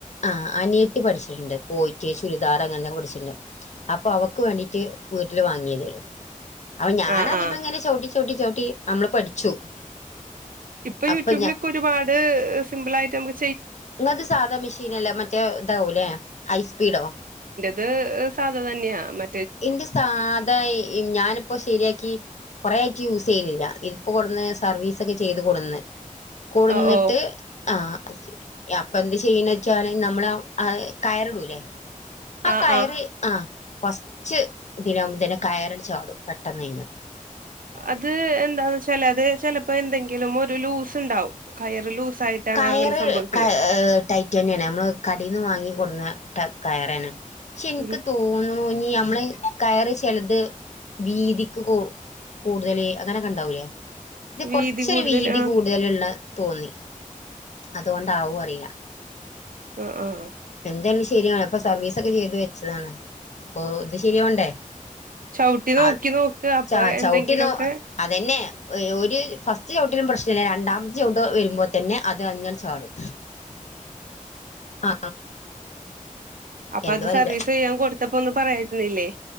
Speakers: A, on the left; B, on the right.
A: ആ അനിയ ത്തി പഠിച്ചിട്ട്ണ്ട് പോയിട്ട് ചുരിദാർ അങ്ങനത്തെക്കെ പഠിച്ചിട്ട്ണ്ട് അപ്പൊ അവക്ക് വേണ്ടിട്ട് വീട്ടില് വാങ്ങിയേതേനൂ അപ ഞാനതിമ്മേങ്ങനെ
B: ആഹ് ആഹ്
A: ചവ്ട്ടി ചവ്ട്ടി മ്മള് പഠിച്ചു
B: ഇപ്പൊ
A: അപ്പൊ
B: യൂട്യൂബിലൊക്കെ ഒരുപാട് സിമ്പിൾ ആായിട്ട് നമു-
A: നിത് സാധാ മെഷീന അല്ലേ മറ്റേ ഇതാവല്ലേ ഐസ്പീഡോ
B: ദ് ഇഹ് സാധ തന്യാ മ
A: എന്റെ സാധാ എ എയ് ഞാനിപ്പൊ ശരിയാക്കി കൊറേ ആയ് ക്യൂസെയ്ണില്ല. ഇ പോണ് തന്നെ സർവീസ് എക്കെ ചെയ്ത് കൊട്‌ന്നെ കൂട
B: ഓ
A: നിന്നിട്ട്
B: ഓ
A: ആഹ് യ അപ്പ എന്ത് ചെയ്യുന്ന വെച്ചാല് നമ്മള് ആ അത് കയറിടൂല്ലേ ആ
B: ആഹ്
A: കയറി
B: ആഹ്
A: ആഹ് പസ് ച്ച് ഇതിലെ ആവ്മ്പംതന്ന കയറില് ചാടും പെട്ടന്ന് ഇന്ന്
B: അത് എന്താന്ന് വച്ചാല് അത് ചെലപ്പ എന്തെങ്കിലും ഒരു ലൂസ് ഇണ്ടാവും കയറ് ലൂസായിട്ടാണ്
A: കയറ്
B: അതങ്ങനെ സംഭവിക്ക്ണെ.
A: ക ഇഹ് ടൈറ്റന്നയാണ് നമ്മള് കടേന്ന് വാങ്ങി കൊൺന്ന ടർ കയറാണ് ഷേ എന്ക്ക്
B: ഉം
A: തോൻ <unintelligible> നമ്മള് കയറ് ചെലത് വീതിക്ക് കൂ കൂടുതല് അങ്ങനെയൊക്കെ ഒണ്ടാ വൂലേ ഇത്
B: വീതി
A: കൊറച്ചൊരു
B: കൂടുതൽ
A: വീതി
B: ആഹ്
A: കൂടുതലുള്ള നന്നി അതുകൊണ്ടാവു അ പീനാ
B: ഇഹ് ഇഹ് അ
A: എന്തേല് ശരിയാണ് ഇപ്പ സർവീസ് ഒക്കെ ചെയ്ത് വെച്ചതാണ്. ഓ ഇത് ശരി ആവ്ണ്ടേ.
B: ചവിട്ടി നോക്കി
A: ആ
B: നോക്ക് അപ്പൊ
A: ച
B: എന്തെങ്കിലൊക്കെ
A: ചവിട്ടി നോ അ അതെന്നെ. ഒയ് ഒര് ഇഹ് ഫസ്റ്റ് ചവ്ട്ടിലും പ്രശ്നല്ലേ. രണ്ടാമത്തെ ചവ്ട്ട് വരുമ്പോ തന്നെ അത് അങ്ങന ചാടും. അ
B: അപ്പ
A: എന്താ
B: അത്
A: അറിയില്ല
B: സർവീസ് ചെയ്യാൻ കൊടുത്തപ്പം ഒന്നു പറയാരുന്നിൽ എ